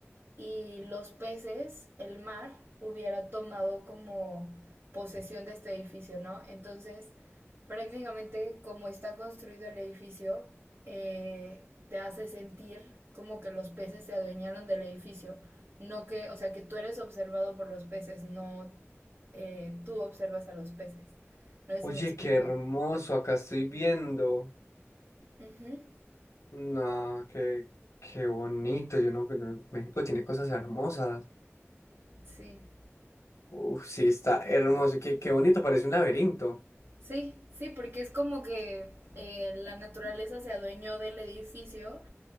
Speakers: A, on the right; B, on the left.
A: y los peces, el mar, hubiera tomado como posesión de este edificio, ¿no? Entonces, prácticamente como está construido el edificio, eh, te hace sentir como que los peces se adueñaron del edificio, no que, o sea, que tú eres observado por los peces, no eh, tú observas a los peces. No sé
B: Oye,
A: si me explico.
B: qué hermoso, acá estoy viendo.
A: Ujú,
B: No, qué, qué bonito. Yo no, no- México tiene cosas hermosas.
A: Sí,
B: Uf, sí, está hermoso. Qué, qué bonito, parece un laberinto.
A: sí, sí, porque es como que eh, la naturaleza se adueñó del edificio